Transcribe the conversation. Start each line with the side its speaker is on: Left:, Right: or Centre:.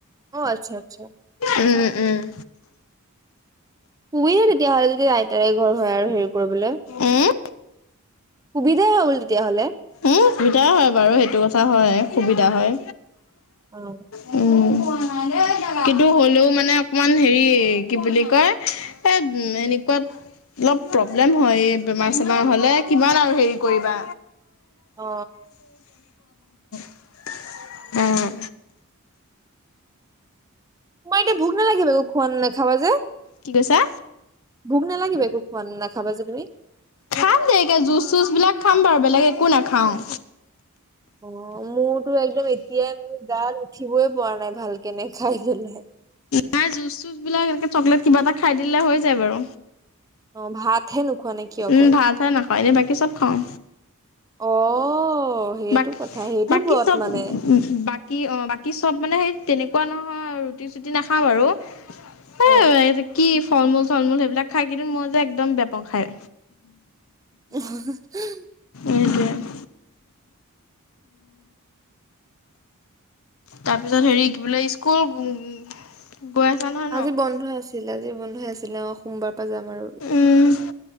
Right: অ', আচ্ছা, আচ্ছা।
Left: উম, উম।
Right: সুবিধাই তেতিয়াহ'লে যদি আইতাই ঘৰ হয়, আৰু হেৰি কৰিবলে।
Left: উম,
Right: সুবিধাই হয়, বোলো তেতিয়াহ'লে।
Left: উম, সুবিধাই হয়, বাৰু সেইটো কথা হয়, সুবিধা হয়।
Right: অ'।
Left: উম কিন্তু হ'লেও মানে অকণমান হেৰি কি বুলি কয় এ এনেকুৱাত অলপ প্ৰব্লেম হয়, এই বেমাৰ চেমাৰ হ'লে কিমান আৰু হেৰি কৰিবা,
Right: অ,
Left: <unintelligible> উম,
Right: তোমাৰ এতিয়া ভোক নালাগিব একো খোৱা নাখাবা যে?
Left: কি কৈছা?
Right: ভোক নালাগিব একো খোৱা নাখাবা যে, তুমি?
Left: খাম দেৰিকে জুচ চুচবিলাক খাম বাৰু বেলেগ একো নাখাওঁ।
Right: অ', মোৰতো একদম এতিয়াই মোৰ গা উঠিবই পৰা নাই ভালকে নেখাই পেলাই।
Left: নাই জুচ চুচবিলাক এনেকে চকলেট কিবা এটা খাই দিলে হৈ যায় বাৰু।
Right: অ ভাতহে নোখোৱা নে কি অকল
Left: উম, ভাতহে নাখাওঁ, এনে বাকী চব খাওঁ।
Right: অ'। সেইটো
Left: বাক-বাকী
Right: কথা সেইটো ব্ৰত
Left: চব-বাক
Right: মানে
Left: কি অ', বাকী চব মানে সেই তেনেকুৱা নহয় ৰুটি চুটি নাখাওঁ বাৰু।
Right: অ
Left: এ এইটো কি ফলমূল চলমূল সেইবিলাক খাই কিন্তু মই যে, একদম বেয়া পাওঁ খায়।
Right: হা হা <unintelligible>
Left: এইটোৱে তাৰপিছত হেৰি কি বোলে ইস্কুল গৈ আছা নহয় ন?
Right: আজি বন্ধ আছে। চিল আজি বন্ধই আছিলে অ', সোমবাৰৰ পৰা যাম আৰু।
Left: উম,